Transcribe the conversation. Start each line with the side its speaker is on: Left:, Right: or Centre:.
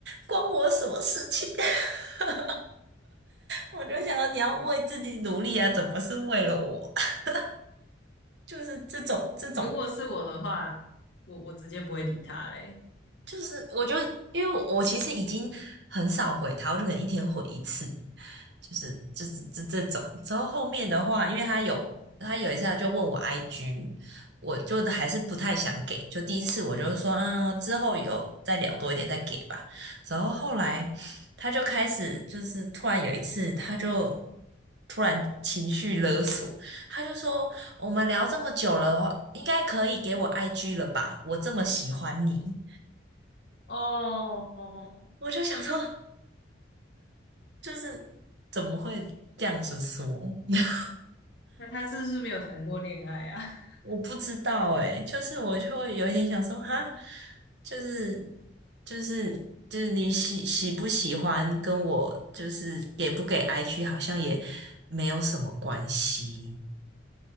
Right: 关我什么事情？<laughs> 我就想说你要为自己努力啊，怎么是为了我？<laughs> 就是这种这种
Left: 如果是我的话，我我直接不会理他嘞。
Right: 就是我就因为我其实已经很少回他，我就可能一天回一次，就是就是这这种。然后后面的话，因为他有他有一次他就问我 IG，我就还是不太想给。就第一次我就说，嗯，之后有再聊多一点再给吧。然后后来他就开始就是突然有一次他就。突然情绪勒索，他就说：“我们聊这么久了，应该可以给我 IG 了吧？我这么喜欢你。”
Left: 哦哦，
Right: 我就想说，就是怎么会这样子说？<laughs>
Left: 那他是不是没有谈过恋爱啊？<laughs>
Right: 我不知道诶，就是我就会有一点想说，哈，就是就是就是你喜喜不喜欢，跟我就是给不给 IG 好像也没有什么关系。